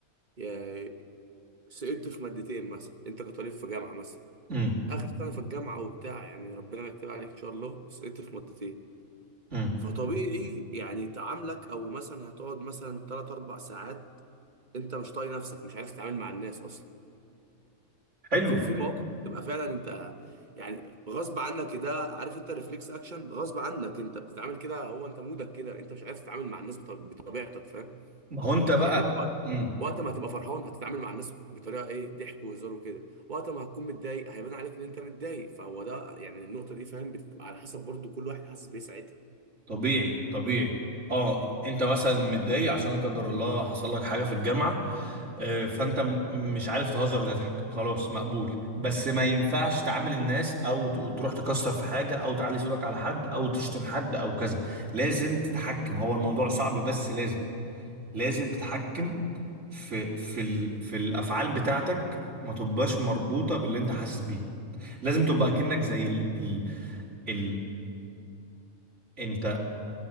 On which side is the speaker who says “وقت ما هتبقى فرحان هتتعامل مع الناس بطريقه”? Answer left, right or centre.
Right